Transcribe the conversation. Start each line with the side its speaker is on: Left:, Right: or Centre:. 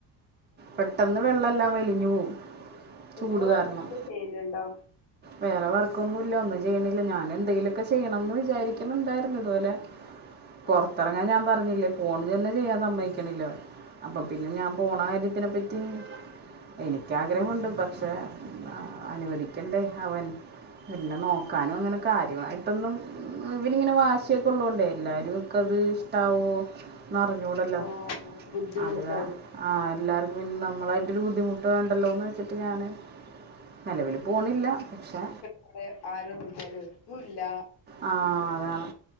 Right: പെട്ടെന്ന് വെള്ളമെല്ലാം വലിഞ്ഞു പോവും ചൂട്
Left: ഇതില് വർക്കൊക്കെ
Right: കാരണം
Left: ചെയ്തിണ്ടോ?
Right: വേറെ വർക്കൊന്നും ഇല്ല ഒന്നും ചെയ്യണി ഞാൻ എന്തെങ്കിലും ഒക്കെ ചെയ്യണം ന്ന് വിചാരിക്കും ന്ന് ണ്ടായിരുന്നു ഇതുപോലെ പുറത്തിറങ്ങാൻ
Left: ആഹ്
Right: ഞാൻ പറഞ്ഞില്ലേ ഫോണ് തന്നെ ചെയ്യാൻ സമ്മയിക്കണില്ലാ അവൻ. അപ്പൊ പിന്നെ ഞാൻ പോണ കാര്യത്തിനെ പറ്റി എനിക്ക് ആഗ്രഹമുണ്ട് ഇപ്പം പക്ഷേഅ അനുവദിക്കണ്ടേ അവൻ പിന്നെ നോക്കാനും അങ്ങനെ കാര്യമായിട്ടൊന്നും ഇവൻ ങ്ങനെ വാശ്യക്കെ ള്ളോണ്ട് എല്ലാരും ക്കത് ഇഷ്ടാവോ ന്നറിഞ്ഞൂടല്ലോ
Left: ആഹ് ബുദ്ധിമുട്ടായിരിക്കും
Right: അത് എ അ എല്ലാർക് പിൻ നമ്മളായിട്ട് ഒരു ബുദ്ധിമുട്ട് വാണ്ടല്ലോ ന്ന് വെച്ചിട്ട് ഞാന് നിലവിൽ പോണില്ലാ ശേ
Left: അവിടെ ആരും വിളിച്ചാലും എത്തൂല്ല
Right: ആ അതാണ്